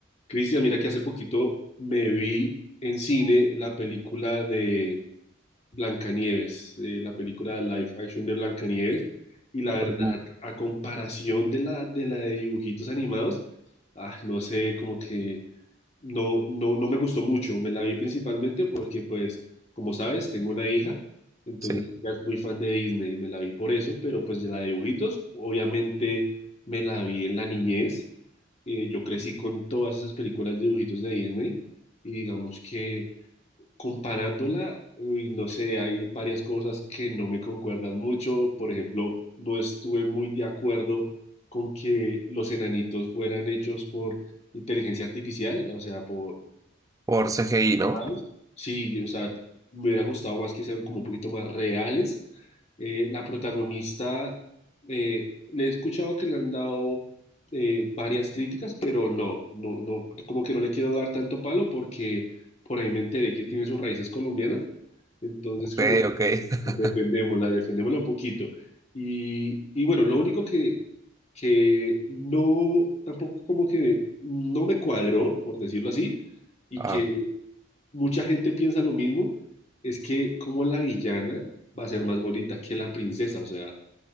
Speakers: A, on the left; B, on the right.
A: Cristian, mira que hace poquito me vi en cine la película de Blancanieves, eh, la película de live action de Blancanieves, y la
B: Uh,
A: verdad, a comparación de la de la de dibujitos animados, ah, no sé, como que no, no, no me gustó mucho. Me la vi principalmente porque, pues, como sabes, tengo una hija, entonces
B: Sí,
A: ella es muy fan de Disney y me la vi por eso, pero pues de la de dibujitos, obviamente me la vi en la niñez eh, yo crecí con todas esas películas de dibujitos de Disney y digamos que comparándola, uy, no sé, hay varias cosas que no me concuerdan mucho. Por ejemplo, no estuve muy de acuerdo con que los enanitos fueran hechos por inteligencia artificial, o sea, por...
B: por CGI, ¿no?
A: ¿sabes? Sí, o sea, me hubiera gustado más que sean como un poquito más reales eh, la protagonista, eh, le he escuchado que le han dado eh, varias críticas, pero no, no, no, como que no le quiero dar tanto palo porque por ahí me enteré que tiene sus raíces colombianas. Entonces,
B: Ok,
A: como que
B: ok. <laughs>
A: defendémosla, defendémosla un poquito. Y, y bueno, lo único que, que no, tampoco como que no me cuadró, por decirlo así, y
B: Ah,
A: que mucha gente piensa lo mismo, es que como la villana va a ser más bonita que la princesa, o sea,